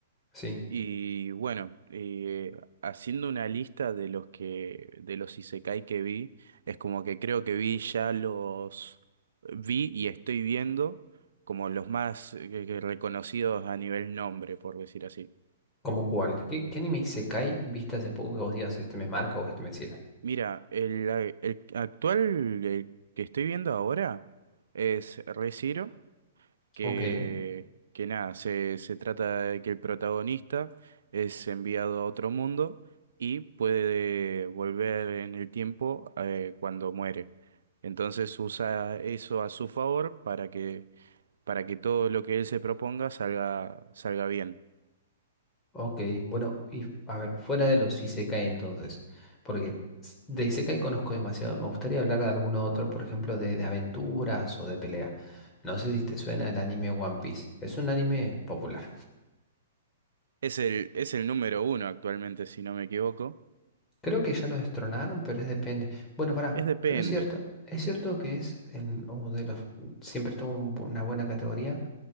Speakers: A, on the left; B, on the right.
A: Sí.
B: Y bueno, eh, haciendo una lista de los que, de los Isekai que vi, es como que creo que vi ya los vi y estoy viendo como los más eh, reconocidos a nivel nombre, por decir así.
A: ¿Como cuáles? ¿Qué, qué anime isekai viste hace poco que vos digas este me marca o este me sirve?
B: Mira, el, a- el actual el que estoy viendo ahora es Re:Zero, que,
A: Ok.
B: que nada, se, se trata de que el protagonista es enviado a otro mundo y puede volver en el tiempo eh, cuando muere. Entonces usa eso a su favor para que, para que todo lo que él se proponga salga, salga bien.
A: Ok, bueno, y a ver, fuera de los Isekai entonces, porque s- de Isekai conozco demasiado, me gustaría hablar de alguno otro, por ejemplo, de, de aventuras o de pelea. No sé si te suena el anime One Piece, es un anime popular.
B: Es el, es el número uno actualmente, si no me equivoco.
A: Creo que ya lo destronaron, pero es depende. Bueno, pará,
B: Es depende,
A: pero es cierto, es cierto que es el, o de los, siempre tuvo un bu- una buena categoría,